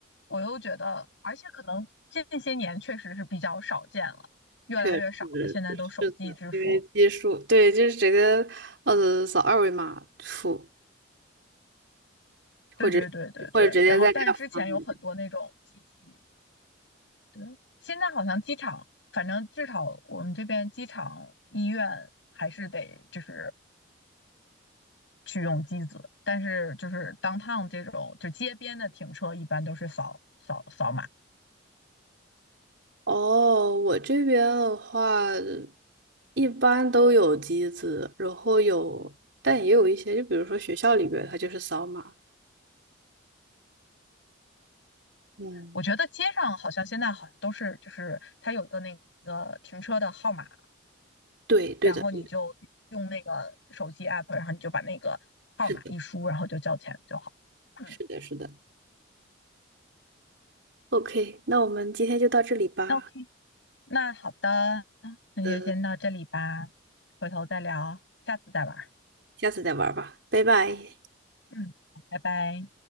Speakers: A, on the left; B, on the right.
A: 我又觉得，而且可能近些年确实是比较少见了，越来越少了。
B: 确实是的，
A: 现在都手机支付。
B: 因为基数对，就是直接呃扫二维码付，或者或者直接在
A: 对对对对对，然后但是之前有很多那种机器，
B: App 上面。
A: 对，现在好像机场，反正至少我们这边机场医院还是得就是去用机子，但是就是 downtown 这种就街边的停车一般都是扫扫扫码，
B: 哦，我这边的话，一般都有机子，然后有，但也有一些，就比如说学校里边，它就是扫码。嗯，
A: 我觉得街上好像现在好像都是就是它有一个那个停车的号码，
B: 对，对的，
A: 然后你就用那个手机
B: 对的，
A: app，然后你就把那个号码一输，
B: 是的，
A: 然后就交钱就好了。
B: 是的，
A: 嗯，
B: 是的。OK，那我们今天就到这里吧，
A: OK，那好的，那就先到这里吧，
B: 呃，
A: 回头再聊，下次再玩儿
B: 下次再玩吧，拜拜。
A: 嗯，拜拜。